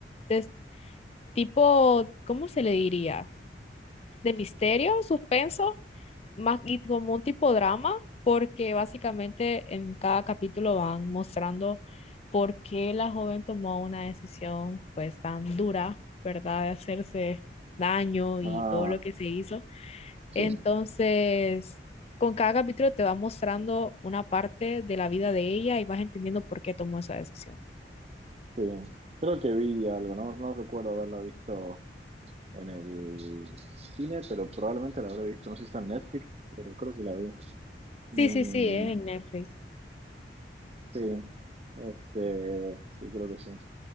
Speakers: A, on the left (about 35°); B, on the right (about 35°).
A: de tipo, ¿cómo se le diría? ¿De misterio, suspenso? más y como un tipo drama, porque básicamente en cada capítulo van mostrando por qué la joven tomó una decisión pues tan dura, ¿verdad? De hacerse daño
B: Ah,
A: y todo lo que se hizo.
B: sí,
A: Entonces, con cada capítulo te va mostrando una parte de la vida de ella y vas entendiendo por qué tomó esa decisión.
B: sí. Creo que vi algo, no, no recuerdo haberla visto en el cine, pero probablemente la habré visto. No sé si está en Netflix, pero creo que la vi. Mm,
A: Sí, sí, sí, es en Netflix.
B: sí, este, sí, creo que sí.